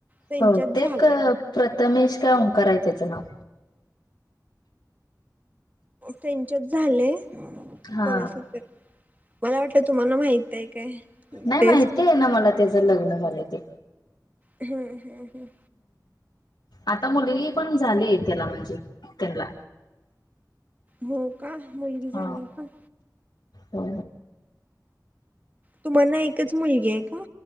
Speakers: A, on the right; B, on the left.
A: त्यांच्यात
B: भवतेक
A: झाले
B: प्रथमेश काय ओंकार आहे त्याचं नाव
A: त्यांच्याच झालय कोणाच्यात
B: हा
A: तर मला वाटलं तुम्हाला माहित आहे काय
B: नाही
A: तेच
B: माहिती आहे ना मला त्याचं लग्न झालंय ते
A: हम्म हम् हम्
B: आता मुलगी पण झाली आहे त्याला म्हणजे त्यांना
A: हो का मुलीगी झाली
B: हा
A: का
B: हो
A: तुम्हाला एकच मुलगी आहे का